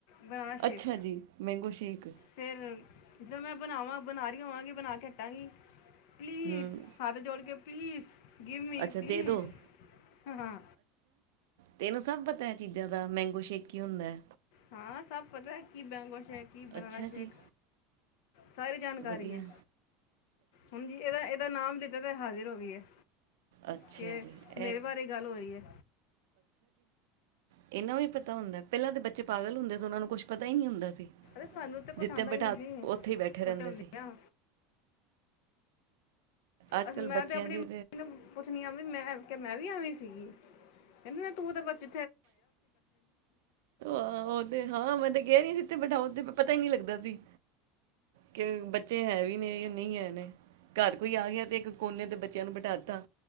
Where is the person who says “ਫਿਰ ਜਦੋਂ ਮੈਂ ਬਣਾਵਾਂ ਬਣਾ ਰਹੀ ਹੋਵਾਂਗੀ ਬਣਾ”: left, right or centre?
Left